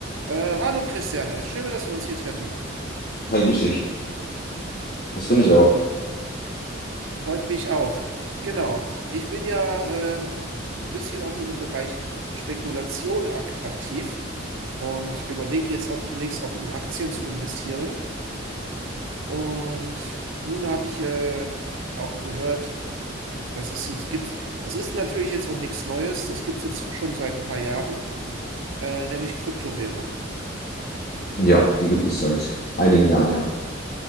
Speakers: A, on the right; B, on the left.
A: Äh, hallo Christian, es ist schön, dass wir uns hier treffen.
B: Hi, grüß dich. Das finde
A: Ähm,
B: ich auch.
A: freut mich auch. Genau, ich bin ja äh, ein bisschen auch in dem Bereich Spekulation ak aktiv und überlege jetzt auch demnächst auch in Aktien zu investieren. Und nun habe ich äh, auch gehört, dass es jetzt gibt, das ist natürlich jetzt auch nichts Neues, das gibt es jetzt schon seit ein paar Jahren, äh, nämlich Kryptowährung.
B: Ja, die gibt es seit einigen Jahren, ja.